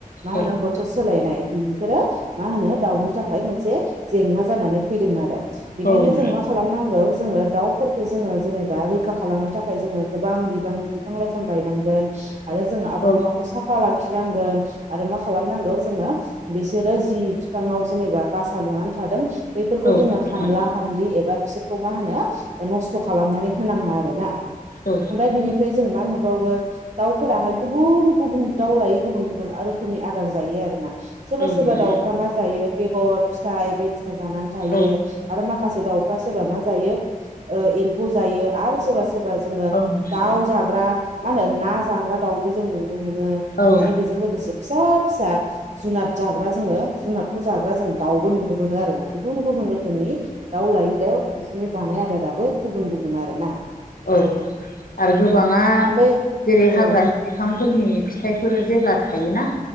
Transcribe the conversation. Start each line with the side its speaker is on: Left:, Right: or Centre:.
Right: मा होनो
Left: औ
Right: बोथोर सोलायनाय बेफोरो मा होनो दाउनि थाखाय मोनसे जेंना जानानै फैदों आरो। बेखायनो
Left: औ नोंथां
Right: जों मा खालामनांगौ जोङो दाउफोरखौ जोङो जेनेबा बा रैखा खालामनो थाखाय जोङो गोबां बिबांनि बिफां-लाइफां गायनांगोन। आरो जोङो आबहावाखौ
Left: औ
Right: साफा लाखिनांगोन। आरो मा खालामनांगौ जोङो बिसोरो जि फिफाङाव जेनेबा बासा लुनानै थादों। बैफोरखौ
Left: औ
Right: जोङो
Left: नोंथां
Right: हानला हानलि एबा बिसोरखौ मा होनो नस्थ' खालामनानै होनाङा आरो ना
Left: औ
Right: ओमफाय बिनिफ्राय जों मा नुबावो दाउफोराहाय गुबुन गुबुन दाउ लायो गुबुन गुबुन रोखोमनि आदार जायो आरो ना। सोरबा
Left: औ
Right: सोरबा
Left: नंगौ
Right: दाउफ्रा
Left: नोंथां
Right: मा जायो बेगर फिथाइ बायदिसिना जानानै थायो
Left: औ
Right: आरो माखा खासे दाउफ्रा सोरबा मा जायो ओ एमफौ जा जायो आरो सोरबा सोरबा जोङो
Left: औ नोंथां
Right: दाउ
Left: औ
Right: जाग्रा मा होनो ना जाग्रा दाउबो जों मोनो
Left: औ
Right: आरो बिजों लोगोसे फिसा फिसा जुनाद जाग्रा जोङो जुनार खौ जाग्रा जों दाउबो नुनो मोनो आरो ना गुबुन गुबुन रोखोमनि दाउ लायै दाव बिदिनो जानाय आदाराबो गुबुन गुबुन आरो ना।
Left: औ आरो गोबाङा
Right: ओमफ्राय
Left: जेरै
Right: औ
Left: हाग्रानि बिफां फोरनि फिथाइफोर जेब्ला थायोना।